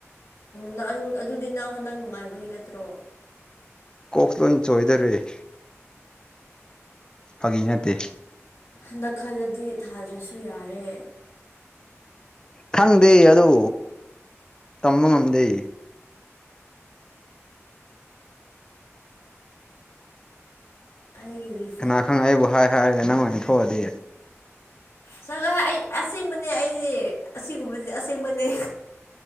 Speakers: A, on the left; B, on the left.
A: ꯅ ꯑꯗꯨꯗꯤ ꯅ ꯍꯟꯗꯛ ꯅꯨꯡꯉꯥꯏꯕꯒꯤ ꯅꯠꯇ꯭ꯔꯣ
B: ꯀꯣꯛꯁꯦ ꯂꯣꯏꯅ ꯆꯣꯏꯗꯣꯔꯦ ꯐꯥꯒꯤ ꯅꯠꯇꯦ
A: ꯍꯟꯗꯛ ꯈꯜꯂꯗꯤ ꯊꯥꯗ꯭ꯔꯁꯨ ꯌꯥꯔꯦ
B: ꯈꯪꯗꯦ ꯑꯗꯨ ꯇꯝꯕ ꯉꯝꯗꯦ
A: ꯍꯥꯏꯒꯤꯦꯔꯤ
B: ꯀꯅꯥ ꯈꯪ ꯑꯩꯕꯨ ꯍꯥꯏꯔꯒ ꯅꯪ ꯑꯣꯏꯅ ꯊꯣꯛꯑꯗꯤ
A: ꯆꯠꯂꯣ ꯍꯦ ꯑꯩ ꯑꯁꯦꯡꯕꯅꯦ ꯑꯩꯗꯤ ꯑꯁꯤꯒꯨꯝꯕꯗꯤ ꯑꯁꯦꯡꯕꯅꯦ